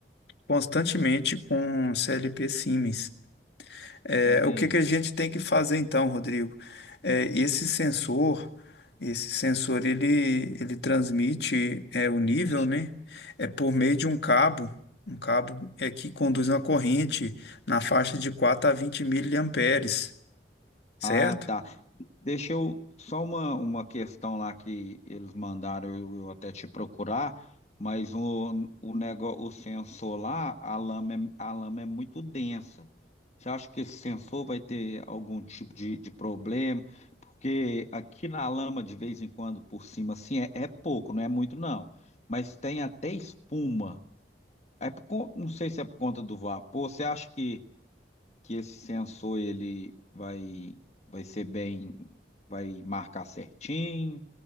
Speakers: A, on the left; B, on the left.
A: constantemente com CLP Siemens. É,
B: Entendi.
A: o que que a gente tem que fazer então, Rodrigo? É, esse sensor, esse sensor, ele, ele transmite é, o nível,
B: Deixa-
A: né? É por meio de um cabo, um cabo é que conduz uma corrente na faixa de 4 a 20 miliamperes, certo?
B: Ah, tá. Deixa eu só uma, uma questão lá que eles mandaram eu, eu até te procurar, mas o, o negócio, o sensor lá, a lama é, a lama é muito densa. Você acha que esse sensor vai ter algum tipo de, de problema? Porque aqui na lama, de vez em quando, por cima, assim, é, é pouco, não é muito, não. Mas tem até espuma. É por con- não sei se é por conta do vapor. Você acha que que esse sensor ele vai vai ser bem, vai marcar certinho.